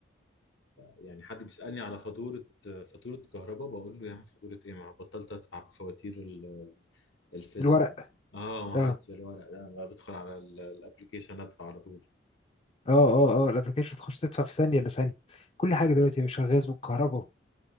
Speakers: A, on the left; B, on the left.
A: يعني حد بيسالني على فاتوره فاتوره كهرباء بقول له يا عم فاتوره ايه ما بطلت ادفع بفواتير ال- الفيزيك
B: الورق
A: اه ما
B: اه
A: عادش الورق ده بقى بدخل على الابلكيشن ادفع على طول
B: اه اه اه الابلكيشن تخش تدفع في ثانيه الا ثانيه كل حاجه دلوقتي يا باشا غاز والكهرباء